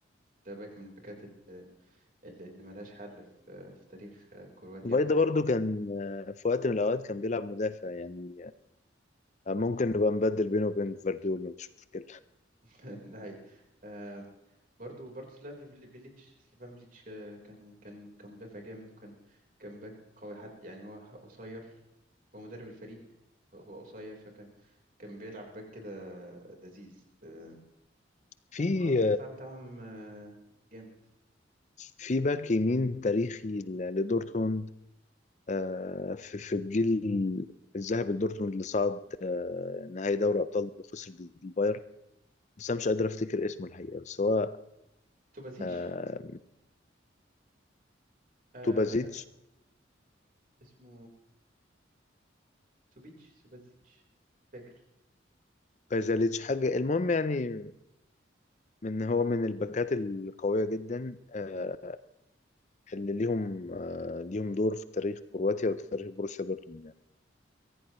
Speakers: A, on the right; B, on the left.
A: ده باك من الباكات اللي اللي ملهاش حل في في تاريخ آه، كرواتيا
B: فايدا برضو كان في وقت من الاوقات كان بيلعب مدافع يعني ممكن نبقى نبدل بينه وبين فارديول مفيش مشكلة
A: <laughs> ده حقيقي آه، برضو برضو سلافي بلي- بيليتش سليفان بليتش آه، كان كان كان مدافع جامد وكان كان باك قوي حتى يعني هو قصير هو مدرب الفريق هو قصير فكان كان بيلعب باك كده لذيذ آه،
B: في
A: فخط الدفاع بتاعهم آه، جامد
B: في باك يمين تاريخي ل- لدورتموند آه، في في الجيل الذهبي لدورتموند اللي صعد آه، نهائي دوري أبطال وخسر ضد البايرن بس أنا مش قادر أفتكر اسمه الحقيقة بس هو
A: سوبازيتش
B: آه،
A: آه،
B: توبازيتش
A: اسمه سوبيتش سوبازيتش فاكر
B: بازاليتش حاجة المهم يعني من هو من الباكات القوية جدا آه، اللي ليهم آه، ليهم دور في تاريخ كرواتيا وتاريخ بروسيا دورتموند يعني.